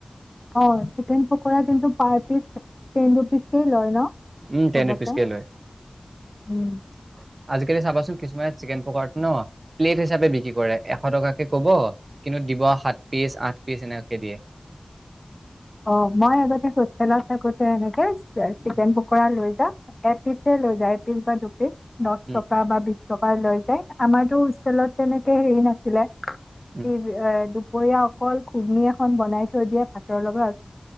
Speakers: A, on the left (about 30°); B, on the right (about 70°).
A: অ চিকেন পকৰা কিন্তু পাৰটি টেন ৰুপিচ কে লয় ন?
B: উম টেন
A: চবতে
B: ৰুপিচ কে লয় ।
A: উম
B: আজিকালি চাবাচোন কিছুমানে চিকেন পকৰাটো ন প্লে। ট হিচাপে বিক্ৰী কৰে, এশ টকাকে কব কিন্তু দিব সাত পিচ আঠ পিচ এনেকে দিয়ে
A: অ মই আগতে হোষ্টেলত থাকোতে এনেকে চিকেন
B: উম
A: পকৰা লৈ যা এ পিচ লৈ যা <unintelligible> দশ
B: উম
A: টকা বা বিশ । টকা লৈ যায় আমাৰতো হোষ্টেলত তেনেকে হেৰি নাছিলে । স
B: উম
A: দু <inaudible> দুপৰীয়া অকল ঘুগনি এখন বনাই থৈ দিয়ে ভাতৰ লগত